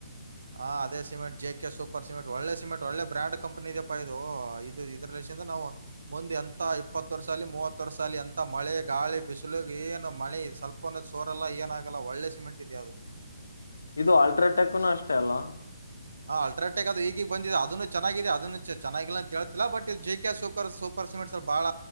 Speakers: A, on the right (about 70°); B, on the left (about 75°).
A: ಹಾ ಅದೇ cement J K super cement ಒಳ್ಳೆ ಸಿಮೆಂಟ್ ಒಳ್ಳೆ ಬ್ರ್ಯಾಂಡ್ ಕಂಪನಿ ಇದೆಪ ಇದು ಇದು ನಾವು ಮುಂದೆ ಎಂತ ಇಪ್ಪತ್ತು ವರ್ಷಾ ಆಗ್ಲಿ ಮೂವತ್ತು ವರ್ಷಾ ಆಗ್ಲಿ ಎಂತ ಮಳೆ ಗಾಳಿ ಬಿಸಿಲು ಏನು ಮನೆ ಸ್ವಪ ಒಂದ ಸೋರಲ್ಲ ಏನಾಗಲ್ಲ ಒಳ್ಳೆ ಸಿಮೆಂಟ್ ಇದ ಅದು
B: ಇದು ಅಲ್ಟ್ರಾಟೆಕ್ನು ಅಷ್ಟೇ ಅಲ್ಲ
A: ಹಾ ಅಲ್ಟ್ರಾಟೆಕ್ ಅದು ಈಗಗ್ ಬಂದಿದೆ ಅದನು ಚೆನ್ನಾಗಿದೆ ಅದನ್ನು ಚೆನ್ನಾಗಿಲ್ಲ ಅಂತ ಹೇಳ್ತಿಲ್ಲ but J K super super ಸ್ವಲ್ಪ ಬಹಳ